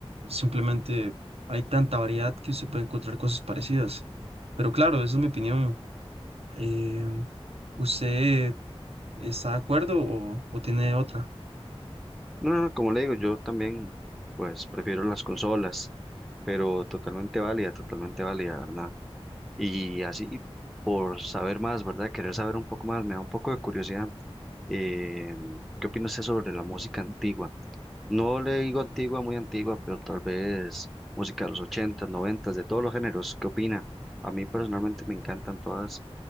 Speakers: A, on the right; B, in the centre.
A: simplemente hay tanta variedad que usted puede encontrar cosas parecidas. Pero claro, esa es mi opinión. Em, ¿usted está de acuerdo o, o tiene otra?
B: No, no, no, como le digo, yo también, pues, prefiero las consolas, pero totalmente válida, totalmente válida, ¿verdad? Y así, por saber más, ¿verdad? Querer saber un poco más, me da un poco de curiosidad. Eh, ¿qué opina usted sobre la música antigua? No le digo antigua, muy antigua, pero tal vez música de los ochentas noventas de todos los géneros. ¿Qué opina? A mí personalmente me encantan todas